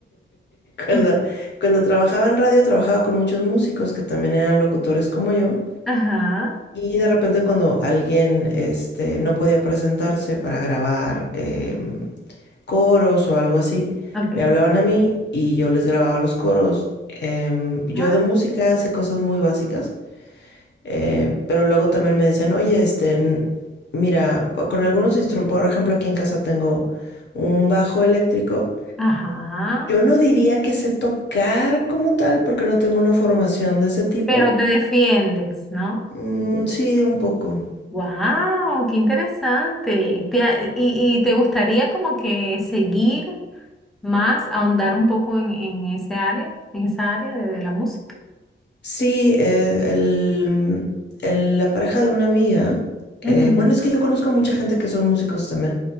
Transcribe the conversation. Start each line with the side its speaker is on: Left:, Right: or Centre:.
Left: Cuando,
Centre: <laughs>
Left: cuando trabajaba en radio, trabajaba con muchos músicos que también eran locutores como yo.
Centre: Ajá,
Left: Y de repente cuando alguien este, no podía presentarse para grabar em, coros o algo así,
Centre: ok.
Left: me hablaban a mí y yo les grababa los coros. Em, yo
Centre: Ah,
Left: de música sé cosas muy básicas, eh, pero luego también me decían, oye, este, n- mira, con algunos instrumentos, por ejemplo, aquí en casa tengo un bajo eléctrico
Centre: Ajá,
Left: yo no diría que sé tocar como tal, porque no tengo una formación de ese tipo.
Centre: pero te defiendes, ¿no?
Left: Mm, sí, un poco.
Centre: Wow, qué interesante. ¿Te ha- y, y te gustaría como que seguir más, ahondar un poco en, en ese área, en esa área de, de la música?
Left: Sí, eh, el- el- la pareja de una amiga, eh,
Centre: Ujú.
Left: bueno, es que yo conozco mucha gente que son músicos también,